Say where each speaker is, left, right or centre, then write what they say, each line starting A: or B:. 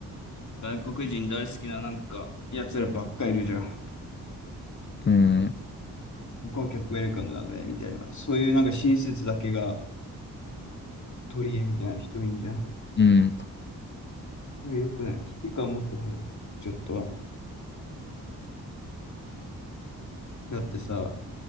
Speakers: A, on the left; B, on the left.
A: 外国人大好きななんか、奴らばっかいるじゃん。
B: うん。
A: 観光客ウェルカムだぜ、みたいな。そういうなんか親切だけが取り柄みたいな人いんじゃん。
B: うん。
A: それ良くない。危機感持った方がいい。ちょっとは。だってさ、